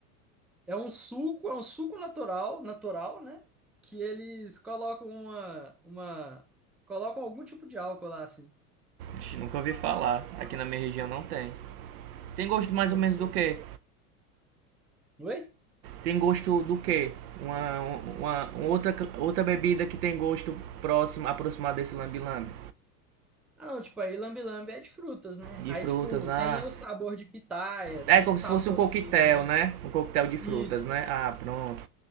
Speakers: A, in the centre; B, on the right.
A: É um suco, é um suco natural, natural, né? Que eles colocam uma, uma, colocam algum tipo de álcool lá, assim.
B: Ixi, nunca ouvi falar. Aqui na minha região não tem. Tem gosto mais
A: Boto
B: ou menos
A: fé.
B: do que?
A: Oi?
B: Tem gosto do quê? Uma, uma, uma outra, outra bebida que tem gosto próximo, aproximado desse lambi-lambi.
A: Ah, não, tipo, aí lambe-lambe é de frutas, né?
B: De
A: Aí,
B: frutas,
A: tipo,
B: ah.
A: tem o sabor de pitaia,
B: É
A: tem
B: como
A: o sabor
B: se fosse um coquetel,
A: de limão.
B: né? Um coquetel de frutas,
A: Isso,
B: né? Ah, pronto.